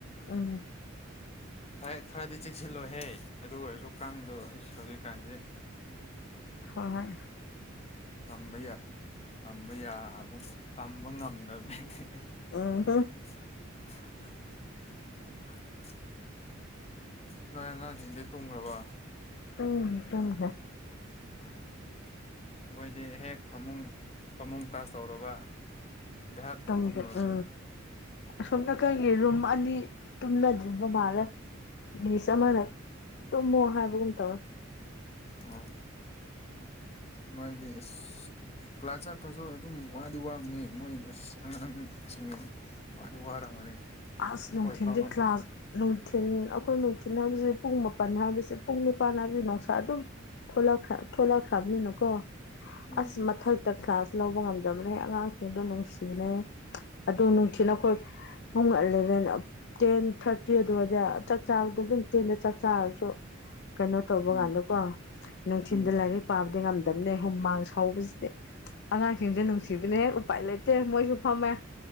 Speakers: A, on the left; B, on the left.
A: ꯎꯝ
B: ꯐꯥꯏ ꯈꯔꯗꯤ ꯆꯦꯛꯁꯤꯜꯂꯣꯍꯦ ꯑꯗꯨ ꯑꯣꯏꯔꯁꯨ ꯀꯥꯡꯗꯣ ꯏꯁ ꯍꯧꯖꯤꯛꯀꯥꯟꯖꯦ
A: ꯍꯣꯏ ꯍꯣꯏ
B: ꯇꯝꯕ ꯌꯥ ꯇꯝꯕ ꯌꯥ ꯒꯨꯝ ꯇꯝꯕ ꯉꯝꯗꯕꯅ‌ꯦ
A: ꯎꯝ
B: <unintelligible> ꯅꯣꯏ ꯑꯉꯥꯡꯁꯤꯡꯗꯤ ꯇꯨꯝꯈ꯭ꯔꯥꯕ
A: ꯎꯝ ꯇꯨꯝꯈ꯭ꯔꯦ
B: ꯑꯥ ꯃꯣꯏꯗꯤ ꯍꯦꯛ ꯐꯃꯨꯡ ꯐꯃꯨꯡ ꯇꯁ ꯇꯧꯔꯕ ꯙꯛ
A: ꯇꯧꯗꯦ
B: ꯇꯨꯝꯔꯕꯗꯣ
A: ꯑ ꯑꯁꯣꯝꯗ ꯈꯔꯒꯤ ꯔꯨꯝ ꯑꯅꯤ ꯇꯨꯝꯅꯗ꯭ꯔꯤꯕ ꯃꯥꯜꯂꯦ ꯃꯤꯁ ꯑꯃ
B: ꯑꯥ
A: ꯂꯩ ꯇꯨꯝꯃꯣ ꯍꯥꯏꯕꯒꯨꯝ ꯇꯧꯋꯦ
B: ꯑꯣ ꯃꯣꯏꯗꯤ ꯑꯁ ꯀ꯭ꯂꯥꯁ ꯆꯠꯇꯁꯨ ꯑꯗꯨꯝ ꯋꯥꯗꯤ ꯋꯥꯕꯅꯦ ꯃꯣꯏ ꯑꯁ ꯑꯉꯥꯡꯁꯤꯡ ꯋꯥꯗꯤ ꯋꯥꯔꯝꯒꯅꯤ
A: ꯑꯁ
B: ꯑꯩꯈꯣꯏ
A: ꯅꯨꯡꯊꯤꯟꯗꯤ
B: ꯐꯥꯎꯅ
A: ꯀ꯭ꯂꯥꯁ ꯅꯨꯡꯊꯤꯟ ꯑꯩꯈꯣꯏ ꯅꯨꯡꯊꯤꯟ ꯍꯥꯏꯕꯁꯤ ꯄꯨꯡ ꯃꯥꯄꯜ ꯍꯥꯏꯕꯁꯤ ꯄꯨꯡ ꯅꯤꯄꯥꯟ ꯍꯥꯏꯕꯗꯤ ꯅꯨꯡꯁꯥ ꯑꯗꯨꯝ ꯊ‌ꯣꯂꯛꯈ꯭ꯔ ꯊꯣꯂꯛꯈ꯭ꯔꯕꯅꯤꯅ ꯀꯣ
B: ꯎꯝ
A: ꯑꯁ ꯃꯊꯛꯇ ꯀ꯭ꯂꯥꯁ ꯂꯧꯕ ꯉꯝꯗꯕꯅꯦ ꯑꯉꯥꯡꯁꯤꯡꯗꯣ ꯅꯨꯡꯁꯤꯅ‌ꯦ ꯑꯗꯨ ꯅꯨꯡꯊꯤꯜꯅ ꯑꯩꯈꯣꯏ ꯄꯨꯡ ꯑꯦꯂꯚꯦꯟ ꯇꯦꯟ ꯊꯥꯔꯇꯤ ꯑꯗꯨꯋꯥꯏꯗ ꯆꯥꯛ ꯆꯥꯕꯗꯣ ꯑꯗꯨꯝ ꯇꯦꯟꯗ ꯆꯥꯛ ꯆꯥꯔꯁꯨ ꯀꯩꯅꯣ ꯇꯧꯕ
B: ꯎꯝ
A: ꯀꯥꯟꯗꯀꯣ ꯅꯨꯡꯊꯤꯟꯗ
B: ꯎꯝ
A: ꯂꯥꯏꯔꯤꯛ ꯄꯥꯕꯗꯤ ꯉꯝꯗꯕꯅꯦ ꯍꯨꯝꯃꯥꯡ ꯁꯧꯕꯁꯤ ꯑꯉꯥꯡꯁꯤꯡꯁꯦ ꯅꯨꯡꯁꯤꯕꯅꯦꯍꯦ ꯎꯄꯥꯏ ꯂꯩꯇꯦ ꯃꯣꯏꯁꯨ ꯐꯝꯃꯦ